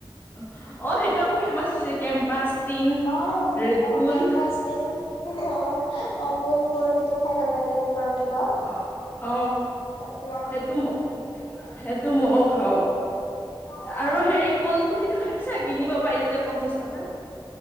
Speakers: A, on the left (about 25°); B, on the left (about 80°).
A: অ অ সেইটো আকৌ ফেমাচ হৈছে কেম্পাচ টিং
B: অ
A: ৰেডবুল
B: অ কেম্পছ দে অ অমল কল সেইটো খাই ভাল লাগে গৰম দিনত
A: অ অ
B: তাতে
A: সেইটো ম- সেইটো মইয়ও খাও
B: অ',
A: আৰু
B: অ'।
A: হেৰি কলটো তিটো খাইিছা কিনিব পাৰি যে পঞ্চাশ টকা